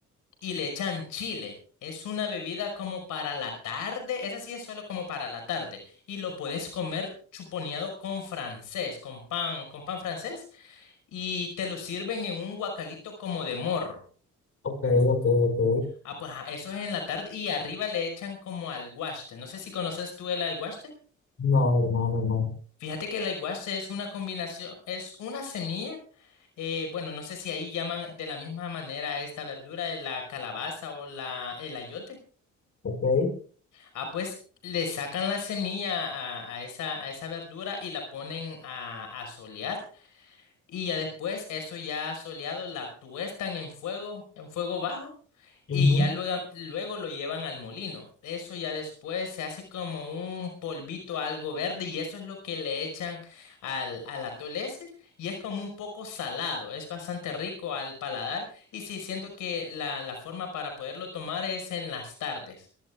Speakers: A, on the left; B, on the left.
A: y le echan chile. Es una bebida como para la tarde, esa sí es solo como para la tarde y lo puedes comer chuponeado con francés, con pan, con pan francés y te lo sirven en un guacalito como de morro.
B: ok, ok, ok.
A: Ah, pues ah, eso es en la tarde y arriba le echan como alguaste. No sé si conoces tú el alguaste.
B: No, hermano, no.
A: Fíjate que el alguaste es una combinación, es una semilla eh, bueno, no sé si ahí llaman de la misma manera a esta verdura, la calabaza o la, el ayote.
B: Ok.
A: Ah, pues le sacan la semilla a, a esa, a esa verdura y la ponen a, a solear y ya después eso ya soleado la tuestan en fuego, en fuego bajo y
B: ujú.
A: ya luego, luego lo llevan al molino. Eso ya después se hace como un polvito algo verde y eso es lo que le echan al, al atole ese y es como un poco salado, es bastante rico al paladar y sí, siento que la, la forma para poderlo tomar es en las tardes.